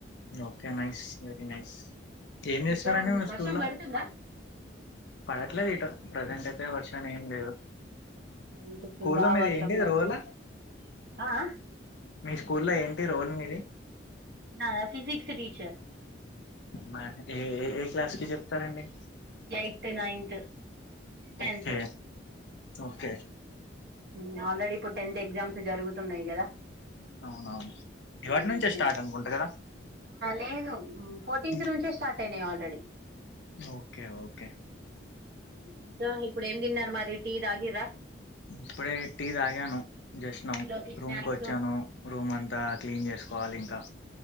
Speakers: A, on the left; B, on the right.
A: ఓకే నైస్ వెరీ ఏం చేస్తారండి
B: ఇంకా
A: మీ
B: వర్షం
A: స్కూల్ లో
B: పడుతుందా
A: పడట్లేదు ఇటు ప్రజెంట్ అయితే వర్షం ఏం లేదు
B: ఇటు
A: స్కూ
B: బాగా
A: లో మీది
B: వర్షం
A: ఏంటిది
B: పడుతుంది
A: రోల్
B: ఆ ఆ
A: మీ స్కూ లో ఏంటి రోల్ మీది?
B: నాదా ఫిజిక్స్ టీచర్
A: మ ఏ ఏ క్లాస్ కి చెప్తారండి?
B: Eighth ninth tenth
A: okay okay
B: మ్ ఆల్రెడీ ఇప్పుడు టెన్త్ ఎగ్జామ్స్ జరుగుతున్నాయి కదా
A: అవునవును ఇవాటి
B: మ్
A: నుంచే
B: బి
A: స్టార్ట్ అనుకుంటా కదా
B: లేదు ఫోర్టీన్త్
A: హ్మ్.
B: నుంచే స్టార్ట్ నయి ఆల్రెడీ
A: ఓకే ఓకే
B: ఇంకా ఇప్పుడు ఏం తిన్నారు మరి టీ తాగిరా
A: ఇప్పుడే టీ తాగాను జస్ట్ నవు
B: టీ లోకి స్నాక్స్
A: రూమ్ కు వచ్చాను రూమ్ అంతా క్లీన్ చేసుకోవాలి ఇంకా